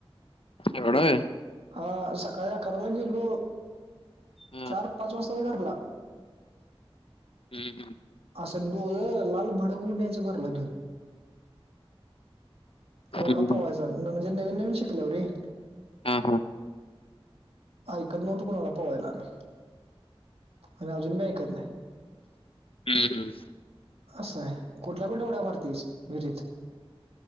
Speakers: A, on the left; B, on the right.
A: एवढं.
B: हा सकाळी अकराला गेलो
A: हा
B: चार पाच वाजता. पळ घरला.
A: हम् हम्
B: असं डोळ लाल भडक होऊन यायचं घरला घेऊन-
A: हम्म,
B: एवढा पोवायचा
A: हम्म.
B: म्हणजे नवीन नवीन शिकल्यावर रे!
A: हा हा
B: ऐकत नव्हतो कोणाला पवायला आम्ही आणि अजून बी ऐकत नाही.
A: हम् हम
B: असं आहे कुठल्या कुठल्या ऊढ्या मारतीस विहरीत?